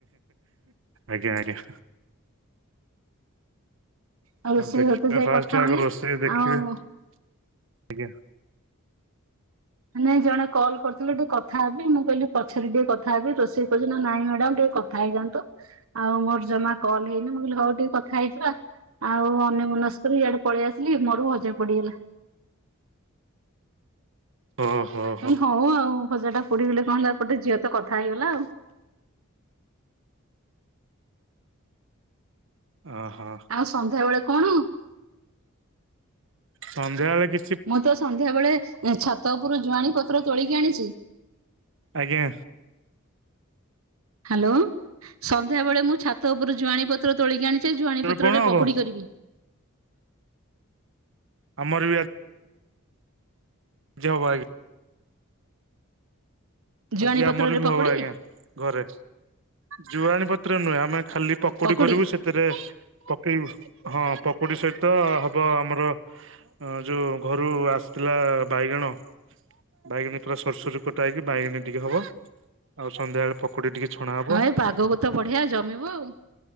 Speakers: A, on the right (about 60°); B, on the right (about 80°).
A: ଆଜ୍ଞା ଆଜ୍ଞା।
B: ଆଉ ରୋଷେଇ
A: ନା ଦେଖିବା
B: ଘର ତ ଯାଇ
A: ଫାଷ୍ଟ
B: କଥା ହଉନି
A: ଆଗ ରୋଷେଇ ଦେଖିବେ
B: ଆଉ
A: ଆଜ୍ଞା।
B: ନାଇଁ ଜଣେ କଲ୍ କରିଥିଲେ ଟିକେ କଥା ହେବି ମୁଁ କହିଲି। ପଛରେ ଟିକେ କଥା ହେବି ରୋଷେଇ କରୁଛି ନା ନାଇଁ ମ୍ୟାଡାମ ଟିକେ କଥା ହେଇ ଯାଆନ୍ତୁ। ଆଉ ମୋର ଜମା କଲ ହେଇନି ମୁଁ କହିଲି ହଉ ଟିକେ କଥା ହେଇଯିବା। ଆଉ ଅନ୍ୟ ମନସ୍କରେ ଇଆଡେ ପଳେଇ ଆସିଲି ମୋର ଭଜା ପୋଡିଗଲା।
A: ଓ ହୋ।
B: ମୁଁ
A: ହୋ।
B: କହିଲି ହଉ ଆଉ ଭଜା ଟା ପୋଡି ଗଲେ କଁ ହେଲା ଗୋଟେ ଝିଅ ତ କଥା ହେଇଗଲା ଆଉ।
A: ଅ ହ।
B: ଆଉ ସନ୍ଧ୍ୟାବେଳେ କଣ।
A: ସନ୍ଧ୍ୟାବେଳେ କି
B: ମୁଁ ତ ସନ୍ଧ୍ୟା ବେଳେ ଛାତ ଉପରୁ ଜୁଆଣୀ ପତ୍ର ତୋଳିକି ଆଣିଛି।
A: ଆଜ୍ଞା।
B: ହାଲୋ ସନ୍ଧ୍ୟା ବେଳେ ମୁଁ ଛାତ ଉପରୁ ଜୁଆଣୀ ପତ୍ର ତୋଳିକି ଆଣିଛି ଝୁଆଣି ପତ୍ରରେ
A: କଣ
B: ପକୋଡ଼ି
A: ହବ
B: କରିବି।
A: ଆମର ବି ଆ ଜି ହବ ଆ
B: ଜୁଆଣି
A: ଆଜି ଆମର
B: ପତ୍ରରେ
A: ବି
B: ପକୁଡି
A: ହବ ଆଜ୍ଞା। ଘରେ ଜୁଆଣି ପତ୍ର ନୁହେଁ ଆମେ ଖାଲି ପକୋଡି
B: ପକୁଡି
A: କରିବୁ ସେ ସେଥିରେ ପକେଇ ବୁ ହଁ ପକୁୋଡି ସହିତ ହବ ଆମର ଅଁ ଯୋଉ ଘରୁ ଆସୁଥିଲା ବାଇଗଣ। ବାଇଗିଣି ପୁର ସରୁ ସରୁ କଟା ହେଇକି ବାଇଗିଣି ଟିକେ ହବ ଆଉ ସନ୍ଧ୍ୟା ବେଳେ ପ କୁଡି ଟିକେ ଛଣା ହ
B: ହଁ ଏ ପାଗକୁ ତ ବଢିଆ ଜମିବ ଆଉ।